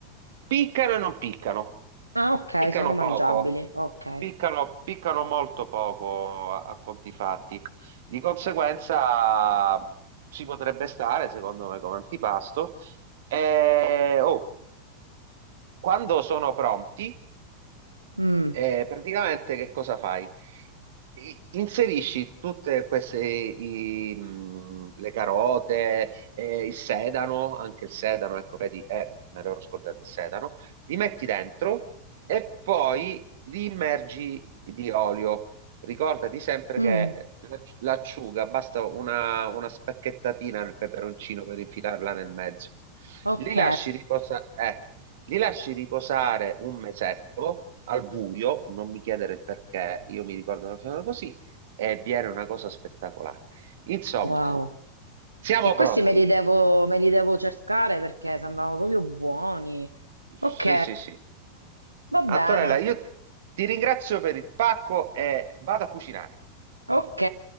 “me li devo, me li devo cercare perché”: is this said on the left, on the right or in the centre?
Right